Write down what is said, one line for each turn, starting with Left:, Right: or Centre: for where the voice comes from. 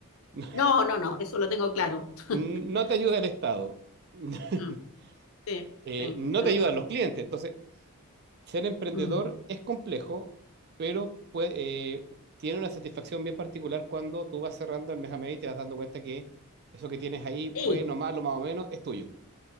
Right: <laughs>
Left: No, no, no, eso lo tengo claro. <laughs>
Right: no te ayuda el Estado, <laughs>
Left: Mm, Sí,
Right: eh,
Left: sí,
Right: no
Left: es verdad.
Right: te ayudan los clientes. Entonces, ser emprendedor
Left: Mm,
Right: es complejo, pero puede, eh, tiene una satisfacción bien particular cuando tú vas cerrando el mes a mes y te vas dando cuenta que eso que tienes ahí,
Left: Sí,
Right: bueno, malo, más o menos, es tuyo.